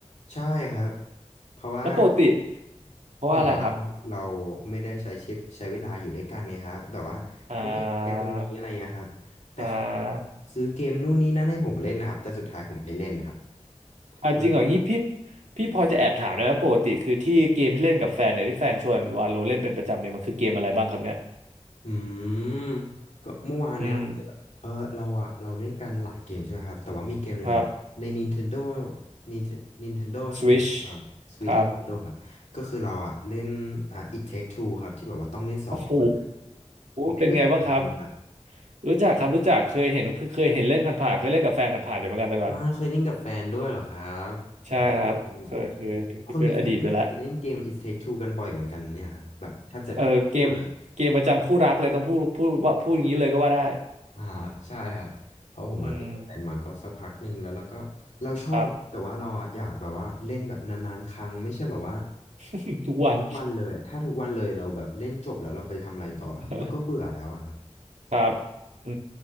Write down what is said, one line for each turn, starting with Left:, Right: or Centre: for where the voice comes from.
Left: ใช่ครับเพราะว่า
Right: แล้วปกติเพราะว่าอะไรครับ
Left: เหมือนว่าเราไม่ได้ใช้ชีวิตใช้เวลาอยู่ด้วยกันไงครับแบบว่าไม่ได้แชร์ตรงนี้อะไรนะครับแต่เขาก็
Right: อ่าอ่า
Left: ซื้อเกมนู่นนี่นั่นให้ผมเล่นนะครับแต่สุดท้ายผมไม่เล่นครับ
Right: อ่าจริงเหรองี้พี่
Left: มันก็
Right: พี่พอจะแอบถามได้ไหมปกติคือที่เกมที่เล่นกับแฟนเนี่ยที่แฟนชวนวาโลเล่นเป็นประจำเนี่ยมันคือเกมอะไรบ้างครับเนี่ย
Left: อืมก็เมื่อวานเนี้ยมันจะแบบเออเราอะเราเล่นกันหลายเกมใช่ไหมครับแต่ว่ามีเกมหนึ่งอะใน
Right: อืมครับ
Left: Nintendo Ninte- Nintendo ใช่ไหมครับอ่า
Right: Switch
Left: Switch
Right: ครับ
Left: Nintendo ครับก็คือเราอะเล่นอ่า It Take Two ครับที่แบบว่าต้องเล่นสองคนครั
Right: โอ้โห
Left: บพี่รู้จักคำนี้ไหมครับ
Right: เป็นไงบ้างครับรู้จักครับรู้จักเคยเห็นเคยเห็นเล่นผ่านๆเคยเล่นกับแฟนผ่านๆอยู่เหมือนกันแต่ก่อน
Left: อ่าเคยเล่นกับแฟนด้วยเหรอครับอืม
Right: ใช่ครับเคยเคยถึงจะเป็นอดีตไปแล้ว
Left: คนมีแฟนนี่เขาจะเล่นเกม It Take Two กันบ่อยเหมือนกันเนี่ยครับแบบแทบจะทุกคู่เลย
Right: เออเกมเกมประจำคู่รักเลยต้องพูดพูดว่าพูดอย่างนี้เลยก็ว่าได้
Left: อ่าใช่ครับเพราะผมอะเล่นกับแฟนมาก็สักพักหนึ่งแล้วเราก็เราชอบนะแต่ว่าเราอะอยากแบบว่าเล่นแบบนานๆครั้งไม่ใช่แบบว่า
Right: อืมครับ <laughs> ทุกวัน
Left: ทุกวันเลยถ้าทุกวันเลยเราแบบเล่นจบแล้วเราไปทำอะไรต่อล่ะครับแล้วก็เบื่อแล้วอะครับ
Right: <laughs> ครับอื